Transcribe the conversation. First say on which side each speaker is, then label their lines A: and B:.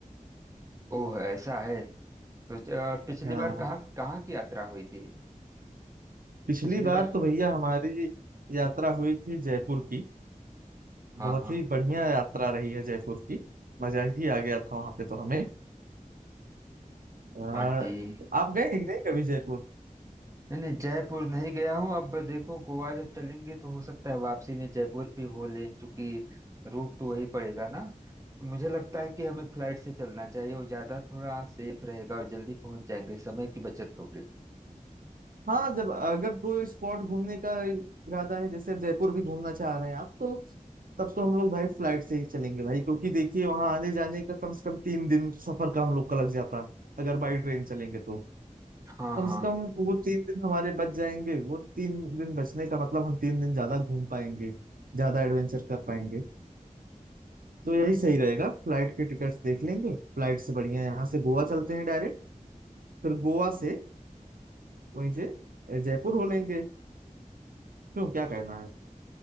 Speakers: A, on the right; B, on the right.
A: ओह ऐसा है सोचो और पिछली
B: हाँ
A: बार कहाँ कहाँ की यात्रा हुई थी
B: पिछली
A: पिछली
B: बार
A: बार
B: तो भैया हमारी यात्रा हुई थी जयपुर की
A: हाँ
B: बहुत
A: हाँ
B: ही बढ़िया यात्रा रही है जयपुर की मजा ही आ गया था वहां पे तो हमें आ,
A: हाँ ठीक
B: आप गए कि नहीं कभी जयपुर
A: नहीं नहीं जयपुर नहीं गया हूँ अब देखो गोवा जब चलेंगे तो हो सकता है वापसी में जयपुर भी हो लें क्योंकि रूट तो वही पड़ेगा ना मुझे लगता है कि हमें फ्लाइट से चलना चाहिए वो ज्यादा थोड़ा सेफ रहेगा और जल्दी पहुंच जाएंगे समय की बचत होगी
B: हाँ जब अगर कोई स्पॉट घूमने का इरादा है जैसे जयपुर भी घूमना चाह रहे हैं आप तो तब तो हम लोग भाई फ्लाइट से ही चलेंगे भाई क्योंकि देखिए वहां आने जाने का कम से कम तीन दिन सफर का हम लोग का लग जाता है। अगर बाई ट्रेन चलेंगे तो
A: हाँ
B: कम
A: हाँ
B: से कम वो तीन दिन हमारे बच जाएंगे वो तीन दिन बचने का मतलब हम तीन दिन ज्यादा घूम पाएंगे ज्यादा एडवेंचर कर पाएंगे तो यही सही रहेगा फ्लाइट के टिकट्स देख लेंगे फ्लाइट से बढ़िया यहाँ से गोवा चलते हैं डायरेक्ट फिर गोवा से वहीं से जयपुर हो लेंगे क्यों क्या कहना है